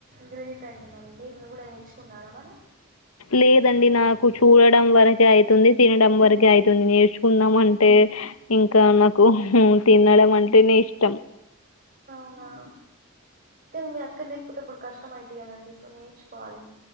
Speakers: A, on the right; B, on the left.
A: గ్రేట్ అండి మరి మీరు గూడా నేర్చుకున్నారా మరి
B: లేదండి నాకు చూడడం వరకే అయితుంది తినడం వరకే అయితుంది నేర్చుకుందాం అంటే ఇంకా నాకు తినడం అంటే నే ఇష్టం
A: అవునా కానీ మీ అక్కల లేకపోతే ఇప్పుడు కష్టం అయిద్ది కదండి సో నేర్చుకోవాలి